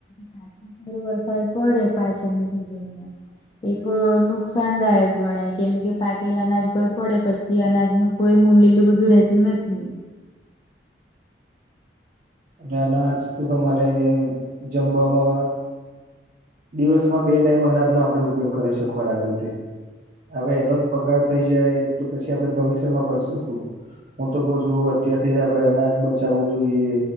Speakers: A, on the left; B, on the right.
A: પાચ વરસા પડે પાંચ અને સિઝનમાં એ થોડો નુકસાનદાયક ગણાય કેમ કે પાકેલા અનાશ પર પડે પછ થી અનાજ નું કોઈ મુ લલું બધું રેહતું નથી
B: અને અનાજ તો તમારે જમવામાં. દિવસમાં બે ટાઈમ અનાજનો આપડે ઉપયોગ કરે છે ખોરાક રીતે હવે એનો જ બગાડ. થઈ જાય તો પછી આપડણે ભવિષ્યમાં કરશું શું. હું તો કઉ છું અત્યારથી જ આપડણે અનાજ બચાવવું જોઈએ.